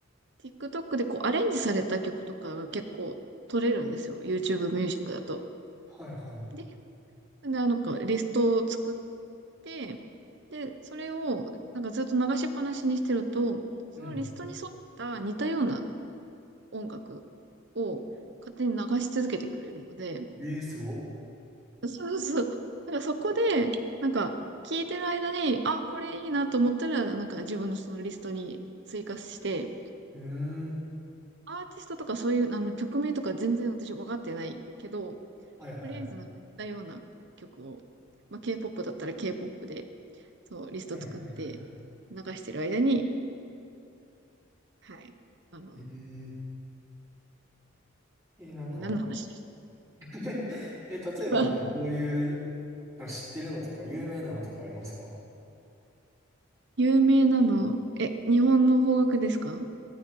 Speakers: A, on the right; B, on the right.
A: TikTok でこうアレンジされた曲とかが結構取れるんですよ。YouTube ミュージックだと。
B: はいはい。
A: で、あの、こうリストを作って、で、それをなんかずっと流しっぱなしにしてると、そのリストに沿った似たような
B: うん。
A: 音楽を勝手に流し続けてくれるので、
B: えー、すごっ。
A: そうそう。だからそこで、なんか、聞いてる間に、あ、これいいなと思ったら、なんか自分のそのリストに追加して、
B: うーん。
A: アーティストとかそういう、あの、曲名とか全然私分かってないけど、
B: はいはい。
A: とりあえずなんか似たような曲を、まあ、K-POP だったら K-POP で、そう、リスト作って流してる間に、
B: はいはいはいはい。
A: はい、あの、
B: えー、えー、なんか
A: 何の話でし
B: <laughs> え、例えばなんかどういう、
A: たか
B: なんか知ってるのとか、有名なのとかありますか
A: <laughs> 有名なの、え、日本の邦楽ですか